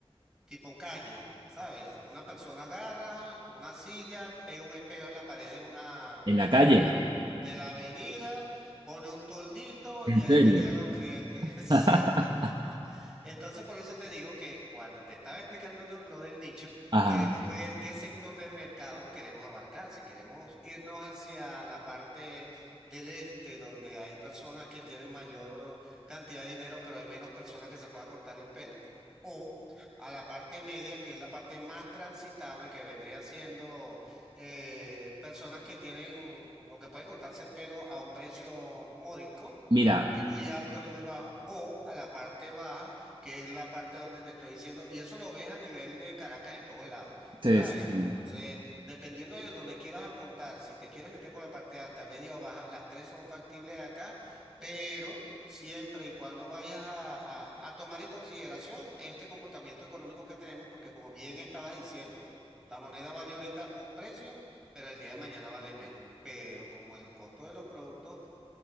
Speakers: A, in the centre; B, on the right.
A: tipo calle, ¿sabes? Una persona agarra una silla, pega un espejo en la pared de una
B: ¿En la
A: de la,
B: calle?
A: de la- de la avenida, pone un toldito
B: ¿En
A: y ahí
B: serio?
A: le llegan los clientes. <laughs> Sí.
B: <laughs>
A: <laughs> Entonces, por eso te digo que cuando te estaba explicando to- lo del nicho,
B: Ajá.
A: queremos ver qué sector del mercado queremos abarcar. Si queremos irnos hacia la parte del este, donde hay personas que tienen mayor cantidad de dinero, pero hay menos personas que se puedan cortar el pelo. O a la parte media, que es la parte más transitable, que vendrían siendo eh, personas que tienen o que pueden cortarse el pelo a un precio módico,
B: Mira.
A: ni muy alto ni muy bajo, o a la parte baja, que es la parte donde te estoy diciendo, y eso lo ves a nivel de Caracas en todos lados,
B: Sí,
A: ¿sabes?
B: sí, sí.
A: Entonces, dependiendo de donde quieras apuntar, si te quieres meter con la parte alta, media o baja, las tres son factibles acá, pero... Siempre y cuando vayas a, a- a tomar en consideración este comportamiento económico que tenemos, porque como bien estabas diciendo, la moneda vale ahorita un precio, pero el día de mañana vale menos. Pero como el costo de los productos